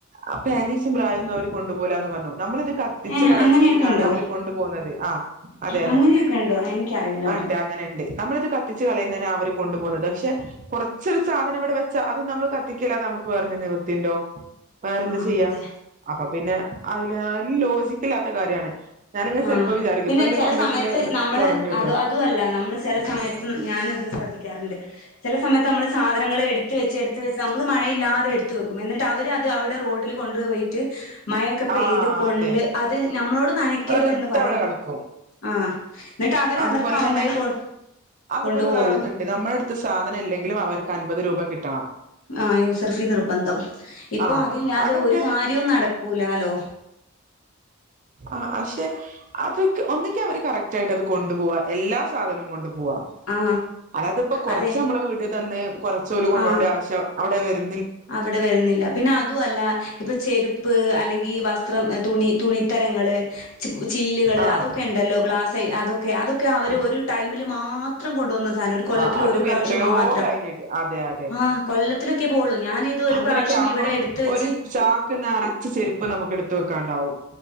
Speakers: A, on the right; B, on the left.
A: അ പാൻ്റീസും ബ്രായൊന്നും അവര് കൊണ്ടുപോവുലാന്ന് പറഞ്ഞു നമ്മളിത് കത്തിച്ച്
B: ഏഹ്
A: കളയുന്നതിനാണ്
B: അങ്ങനെയൊക്കെ ഉണ്ടോ
A: അവര് കൊണ്ടു പോന്നത് ആ അതെ അതെ
B: അങ്ങനെയൊക്കെ ഉണ്ടോ എനിക്കറിയില്ലട്ടോ
A: <unintelligible> അങ്ങനെണ്ട് നമ്മളിത് കത്തിച്ച് കളയുന്നേന അവര് കൊണ്ടു പോന്നത് പക്ഷെ കുറച്ചൊരു സാധനം ഇവിടെ വെ ച്ച അതും നമ്മള് കത്തിക്കല്ലാതെ നമുക്ക് വേറെ നിവർത്തിയിണ്ടോ വേറെന്താ
B: ആഹ്
A: ചെയ്യാ
B: അതെ
A: അപ്പം പിന്നെ അയ് <unintelligible> ഈ ലോജിക് ക്കില്ലാത്ത കാര്യാണ് ഞാനിങ്ങനെ
B: ആഹ്
A: ചെലപ്പോ വിചാരിക്കും
B: പിന്നെ
A: ഇപ്പം എന്റെ
B: ചെല
A: പമ്പേയ്സിന്റെ
B: സമയത്ത്
A: ഇത്
B: നമ്മള്
A: കൊറഞ്ഞുട്ടോ
B: അത് അതും അല്ല നമ്മള് ചെല സമയത്ത് ഞാനും ഇത് ശ്രദ്ധിക്കാറിണ്ട് ചെല സമയത്ത് നമ്മള് സാധനങ്ങള് എടുത്ത് വെച്ച് എടുത്ത് വെച്ച് നമ്മള് മഴയില്ലാതെ എടുത്തു വെക്കും എന്നിട്ട് അവര് അത് അവിടെ റോഡിൽ കൊണ്ടുപോയിട്ട് മയയൊക്കെ പെയ്ത്
A: ആഹ്
B: കൊണ്ട്
A: അതെ
B: അത് നമ്മളോട് നനയ്ക്കരുത്
A: വെറുതെ
B: എന്ന് പറയും
A: അവിടെ കെടക്കും
B: ആഹ് എന്നിട്ട് അവര്
A: അതുപോലെ
B: അവർക്കാവുമ്പഴേ
A: തന്നെ
B: കൊ
A: അതുപോലെ
B: കൊണ്ടുപോവുള്ളൂ
A: വേറൊന്നുണ്ട് നമ്മളടുത്ത് സാധനം ഇല്ലെങ്കിലും അവർക്ക് അൻപത് രൂപ കിട്ടണം
B: ആ യൂസർഫീ നിർബന്ധം ഇപ്പൊ
A: ആഹ്
B: അതില്ലാതെ
A: അതൊക്കെ
B: ഒരു കാര്യവും നടക്കൂലാലോ
A: അ അഷെ അതൊക് ഒന്നെങ്കി അവര് കറക്റ്റ് ആയിട്ട് അത് കൊണ്ടുപോവാ എല്ലാ സാധനവും കൊണ്ടു പൂവ
B: ആ
A: അതാത് ഇപ്പൊ കൊറച്ച്
B: അതെ
A: നമ്മളെ വീട്ടി തന്ന് കൊറച്ച് ചൊലു കൊണ്ടുണ്ടെ
B: ആ
A: ആവശ്യം അവി <unintelligible>
B: അവിടെ വരുന്നില്ല പിന്നെ അതുവല്ല ഇപ്പം ചെരുപ്പ് അല്ലെങ്കി വസ് സ്ത്രം തുണി തുണിത്തരങ്ങള് ചി ചില്ലുകള്
A: ആഹ്
B: അതൊക്കെ ഇണ്ടല്ലോ ഗ്ലാസായി അതൊ ക്കെ അതൊക്കെ അവര്
A: ആഹ്
B: ഒരു ടൈമിലൊ മാത്രം കൊണ്ടുവന്ന <unintelligible> ഒരു കൊല്ലത്തില്
A: ആഹ് അതും
B: ഒരു പ്രാവശ്യം
A: എത്രയോ
B: മാത്രം
A: കഴിഞ്ഞിട്ട് അതെ അതെ
B: ആഹ് കൊല്ലത്തിലൊക്കെ പോവുള്ളൂ ഞാനിത് ഒരു
A: അങ്ങനെയൊക്കെ
B: പ്രാവശ്യം
A: ആവുമ്പോ
B: ഇവിടെ എടുത്ത് വെച്ച്
A: ഒരു ചാക്ക് നിറച്ച് ചെരുപ്പ് നമുക്ക് എടുത്തു വെ ക്കാണ്ടാവും